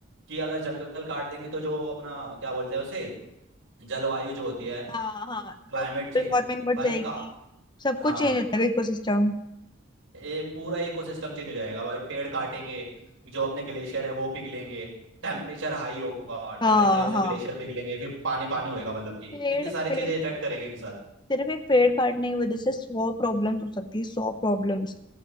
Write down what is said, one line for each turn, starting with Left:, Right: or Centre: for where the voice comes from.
Right: कि अगर जंगल काट देंगे तो जो अपना क्या बोलते हैं उसे जलवायु जो होती है
Left: हाँ हाँ
Right: क्लाइमेट
Left: जो ग्लोबल
Right: चेंज
Left: वार्मिंग बढ़
Right: भाई
Left: जाएगी
Right: का
Left: सब
Right: हाँ
Left: कुछ चेंज हो जाएगा इकोसिस्टम
Right: ये पूरा इकोसिस्टम चेंज हो जाएगा भाई पेड़ काटेंगे जो अपने ग्लेशियर है वो पिघलेंगे टेम्परेचर हाई होगा टेम्परेचर
Left: हाँ
Right: हाई होने से
Left: हाँ
Right: ग्लेशियर पिघलेंगे फिर पानी पानी होएगा मतलब कि
Left: पेड़
Right: इतनी सारी
Left: पेड़
Right: चीजें इफेक्ट करेंगे एक साथ
Left: सिर्फ एक पेड़ काटने की वजह से सौ प्रॉब्लम्स हो सकती है सौ प्रॉब्लम्स